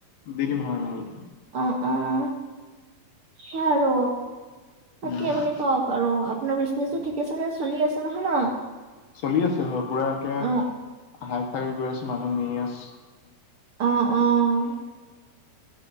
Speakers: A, on the left; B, on the right.
A: দি দিম <unintelligible> আৰু
B: অঁ-অঁ! <inaudible> সেয়া আৰু। বাকী
A: উম,
B: আপুনি কওক আৰু? <inaudible> আপোনাৰ বিজনেছটো ঠিকে চাগে চলি আছে নহয় ন? <unintelligible>
A: চলি আছে হয়। পুৰা একে
B: অ',
A: হাই ফাই গৈ আছে মানুহ নি আছ <inaudible>
B: অঁ-অঁ <inaudible>